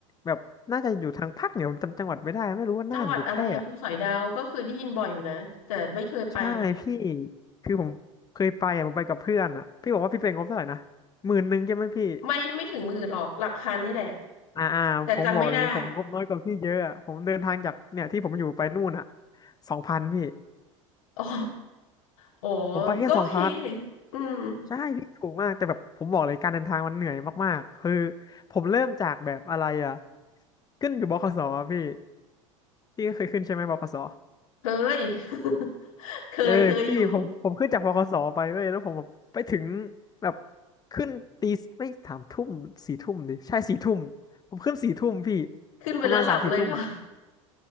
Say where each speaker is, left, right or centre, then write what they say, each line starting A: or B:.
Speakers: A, on the left; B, on the left.
A: แบบน่าจะอยู่ทางภาคเหนือผมจำจังหวัดไม่ได้ไม่รู้ว่าน่านหรือแพร่อะ
B: จังหวัดอะไรอะภูสอยดาวก็คือได้ยินบ่อยอยู่นะแต่ไม่เคยไปไง
A: ใช่พี่คือผมเคยไปอ่ะผมไปกับเพื่อนอ่ะพี่บอกว่าพี่เป็นงบเท่าไหร่นะหมื่นหนึ่งใช่ไหมพี่
B: ไม่ไม่ถึงหมื่นหรอกหลักพันนี่แหละ
A: อ่าอ่าผมบอกเลยผมงบน้อยกว่าพี่เยอะอะผมเดินทางจากเนี่ยที่ผมอยู่ไปนู่นอ่ะ
B: แต่จำไม่ได้
A: สองพันพี่
B: <laughs> อ๋อโอ้
A: ผมไปแค่สองพัน
B: ก็โอเคอืม
A: ใช่พี่ถูกมากแต่แบบผมบอกเลยการเดินทางมันเหนื่อยมากๆคือผมเริ่มจากแบบอะไรอ่ะขึ้นอยู่บขสอะพี่พี่เคยขึ้นใช่ไหมบขส
B: เคย <laughs> เคยเคยอยู่
A: เออพี่ผมผมขึ้นจากบขสไปเว้ยแล้วผมแบบไปถึงแบบขึ้นตีไม่สามทุ่มสี่ทุ่มดิใช่สี่ทุ่มผมขึ้นสี่ทุ่มพี่
B: ขึ้นไปแล้วหลับเลยเปล่ะ
A: ประมาณสามสี่ทุ่มอ่ะ